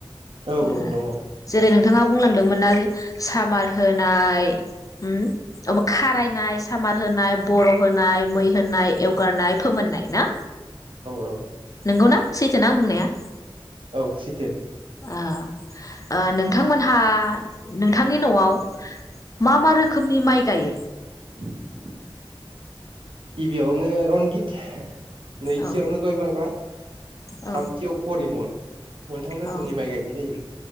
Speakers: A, on the right; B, on the left.
A: औ
B: ओ
A: औ दङ औ
B: जेरै नोंथाङा बुंलांदोंमोनना सामार होनाय होम ओ न खारायनाय सामार होनाय बर' होनाय मै होनाय एवगारनाय फोमोननाय ना
A: औ
B: नोंगौना सैथोना आं बुंनाया? <inaudible>
A: औ सैथो
B: आं ओ नोंथांमोनहा नोंथांनि नआव मा मा रोखोमनि माइ गायो
A: <unintelligible> गिबियावनो रनजित नैथियावनो
B: औ
A: गय बांला
B: औ
A: थामथियाव परिमल मोनथाम रोखोमनि
B: औ
A: माइ गायनाय जायो